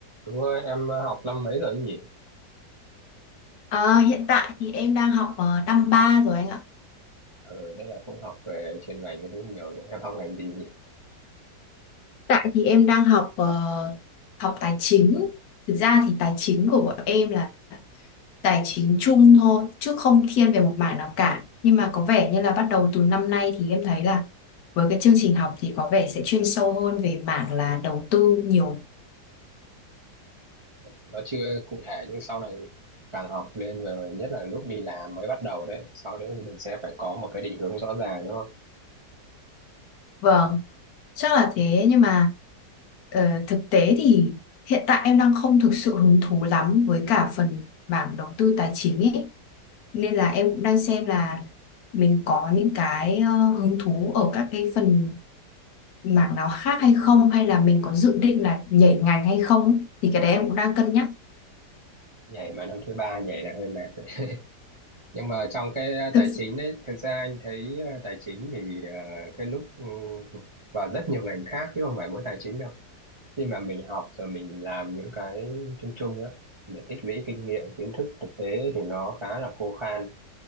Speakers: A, on the right; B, on the left.
A: Đúng rồi, em ờ, học năm mấy rồi ấy nhỉ?
B: Ờ, hiện tại thì em đang học ờ, năm 3 rồi anh ạ.
A: Ờ, nên là cũng học về chuyên ngành cái thứ nhiều. nhỉ? Em học ngành gì nhỉ?
B: Tại thì em đang học ờ, học tài chính. Thực ra thì tài chính của bọn em là tài chính chung thôi, chứ không thiên về một mảng nào cả. Nhưng mà có vẻ như là bắt đầu từ năm nay thì em thấy là với cái chương trình học thì có vẻ sẽ chuyên sâu hơn về mảng là đầu tư nhiều
A: Nó chưa cụ thể nhưng sau này càng học lên về nhất là lúc đi làm mới bắt đầu đấy. Sau đấy thì mình sẽ phải có một cái định hướng rõ ràng đúng không?
B: Vâng, chắc là
A: Ừ.
B: thế nhưng mà ờ, thực tế thì hiện tại em đang không thực sự hứng thú lắm với cả phần mảng đầu tư tài chính ấy. Nên là em cũng đang xem là mình có những cái ờ, hứng thú ở các cái phần mảng nào khác hay không hay là mình có dự định là nhảy ngành hay không thì cái đấy em cũng đang cân nhắc.
A: Nhảy mà năm thứ ba nhảy là hơi mệt đấy. Nhưng mà trong cái ờ,
B: Thực
A: tài chính đấy, thực ra anh thấy ờ, tài chính thì ờ, cái lúc ừ, và rất nhiều ngành khác chứ không phải mỗi tài chính đâu. khi mà mình học rồi mình làm những cái chung chung á để tích lũy kinh nghiệm kiến thức thực tế thì nó khá là khô khan